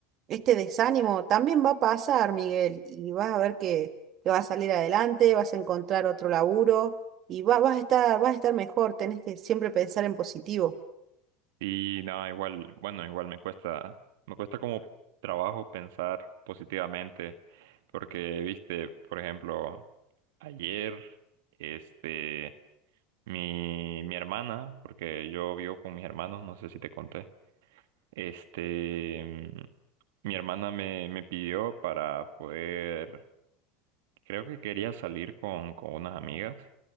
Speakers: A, on the right; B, on the right.
A: este desánimo también va a pasar, Miguel, y vas a ver que que vas a salir adelante, vas a encontrar otro laburo y va- vas a estar, vas a estar mejor, tenés que siempre pensar en positivo.
B: Y no, igual, bueno, igual me cuesta, me cuesta como trabajo pensar positivamente, porque, viste, por ejemplo, ayer, este, mi, mi hermana, porque yo vivo con mis hermanos, no sé si te conté. Este, mi hermana me, me pidió para poder, creo que quería salir con, con unas amigas